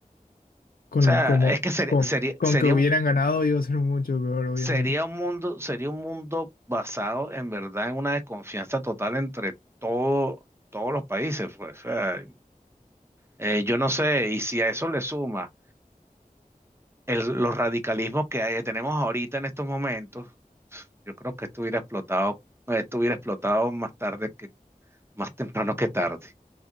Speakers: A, on the left; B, on the right.
A: Con,
B: o sea,
A: lo- como,
B: es que sería,
A: con,
B: sería,
A: con
B: sería,
A: que hubieran
B: un-
A: ganado iba a ser mucho peor, obviamente.
B: sería un mundo, sería un mundo basado en verdad en una desconfianza total entre todo, todos los países, pues. O sea, eh, yo no sé, y si a eso le suma el- los radicalismos que hay- que tenemos ahorita en estos momentos, yo creo que esto hubiera explotado, esto hubiera explotado más tarde que, más temprano que tarde.